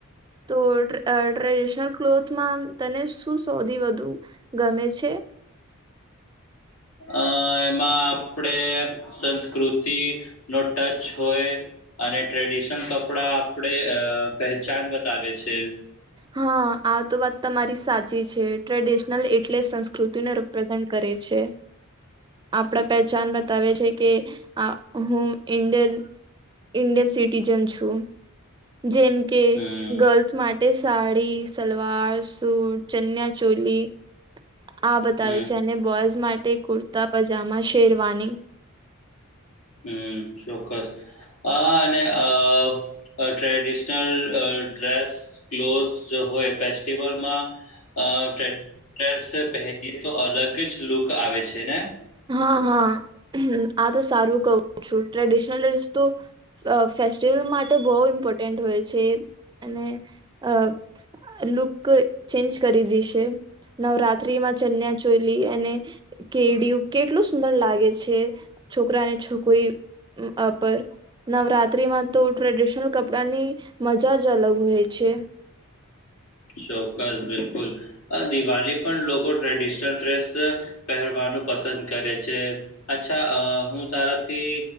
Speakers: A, on the right; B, on the left.
A: તો ટ્રેડિશનલ ક્લોથમાં તને શું સોધી વધુ ગમે છે
B: અ એમાં આપડે સંસ્કૃતિ નો ટચ હોય અને ટ્રેડિશન કપડા આપડે અ પહેચાન બતાવે છે
A: હા આ તો વાત તમારી સાચી છે ટ્રેડિશનલ એટલે સંસ્કૃતિ રિપ્રેઝન્ટ કરે છે. આપણા પહેચાન બતાવે છે કે, આ હું ઇન્ડિયન ઇન્ડિયન સિટીજન છું, જેમ કે
B: હમ,
A: ગર્લ્સ માટે તે સાડી સલવાર સૂટ ચન્યા ચોલી. આ બતાવેયું
B: હમ.
A: છે અને બોયઝ માટે કુર્તા પજામા શેરવાની.
B: હમ ચોક્કસ. અ અને અ ટ્રેડિશનલ ડ્રેસ ક્લોથસ હોય ફેસ્ટિવલમાં. અ ટ્રેડિશનલ ડ્રેસ પહેરીએ તો અલગ જ લુક આવે છે ને.
A: હા હા આ તો સારું કહું છું ટ્રેડિશનલ ડ્રેસ તો અ ફેસ્ટિવલ માટે બહુ ઇમ્પોર્ટન્ટ હોય છે અને અ લુક ચેન્જ કરી દીશે. નવરાત્રીમાં ચન્યા ચોલી અને કેડી કેટલું સુંદર લાગે છે, છોકરાને છોકરી પર નવરાત્ર રાત્રીમાં તો ટ્રેડિશનલ કપડા ની મજા જ અલગ હોય છે.
B: ચોક્કસ બિલકુલ, દિવાળી પણ લોકો ટ્રેડિશનલ ડ્રેસ. પહેરવાનું પસંદ કરે છે અચ્છા અ હું તારાથી